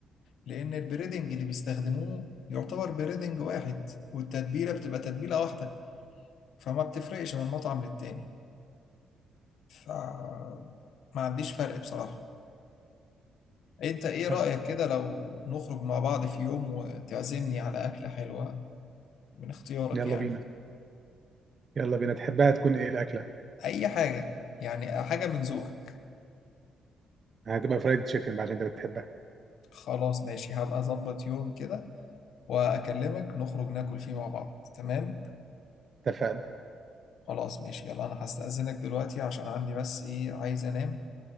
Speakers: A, on the left (about 75°); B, on the right (about 40°).
A: لان البريدنج اللي بيستخدموه يعتبر بريدنج واحد والتتبيله بتبقى تتبيله واحده فما بتفرقش من مطعم للتاني فما عنديش فرق بصراحة انت ايه رأيك
B: حلو
A: كده لو نخرج مع بعض في يوم وتعزمني على أكلة حلوة من اختيارك
B: يلا
A: يعني
B: بينا يلا بينا تحبها تكون ايه الاكله
A: اي حاجة يعني حاجة من ذوقك
B: يعني هتبقى فرايد تشيكن بقى عشان انت بتحبها
A: خلاص ماشي هبقى اظبط يوم كده واكلمك نخرج ناكل فيه مع بعض تمام
B: اتفقنا
A: خلاص ماشي يلا انا هستأذنك دلوقتي عشان عندي بس ايه عايز انام